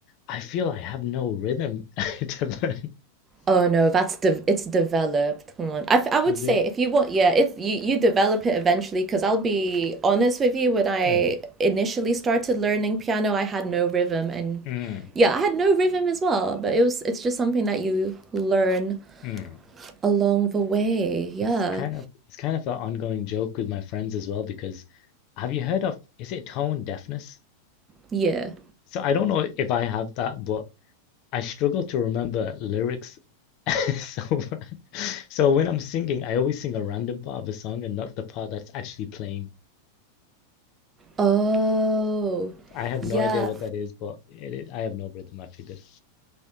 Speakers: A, on the left; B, on the right.
A: I feel I have no rhythm <laughs> to learn.
B: Oh no, that's de it's developed. Come on. I, f-
A: <laughs>
B: I would
A: Is
B: say
A: it?
B: if you want, yeah, if you you develop it eventually, because I'll be honest with you, when I
A: Mm,
B: initially started learning piano, I had no rhythm, and
A: mm,
B: yeah, I had no rhythm as well. But it was it's just something that you learn
A: mm.
B: along the way. Yeah,
A: It's kind of it's kind of an ongoing joke with my friends as well because have you heard of is it tone deafness?
B: yeah.
A: So I don't know if I have that, but I struggle to remember lyrics. <laughs> So so when I'm singing, I always sing a random part of a song and not the part that's actually playing.
B: Oh,
A: I have no
B: yeah.
A: idea what that is, but it, it- I have no rhythm. I figured.